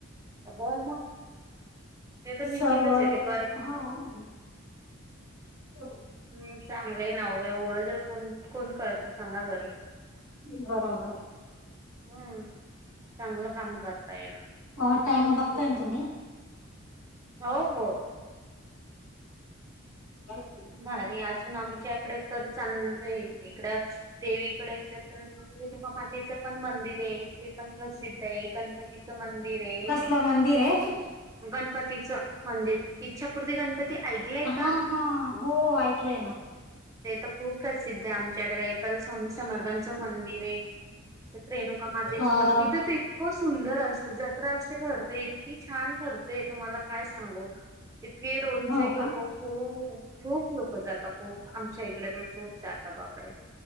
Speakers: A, on the right; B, on the left.
A: <inaudible> ते तर निश्चितच
B: सर्व हो
A: आहे ते करत
B: <inaudible>
A: हम! चांगलंय ना एवढं जर कोण कोण करत नाही सांगा बरं.
B: बरोबर.
A: हम्म! चांगलं काम करता ये ना.
B: हो टाइम बघताय ना तुम्ही.
A: हो हो
B: <inaudible>
A: भारी अजून आमच्याकडे तर चांलं इकड देवीकडच पण रेणुका मातेचं पण मंदिर आहे. ते पण प्रसिद्ध आहे गणपतीचं मंदिर आहे.
B: कसलं मंदिर आहे?
A: गणपतीचं मंदिर, इच्छापूर्ती गणपती ऐकलंय
B: हा
A: का?
B: हा हो ऐकलंय ना.
A: ते तर खूप प्रसिद्ध आहे आमच्याकडे परत स्वामी समर्थांचं मंदिर आहे. तर रेणुका मधेच
B: अ
A: मग तिथेच हो सुंदर असत जत्रा असते भरते इतकी छान भरतेय तुम्हाला काय सांगू इथे रोजचे
B: हो
A: लोक
B: का
A: खूप खूप लोक जातात खूप आमच्या इकडे तर खूप जाता बापरे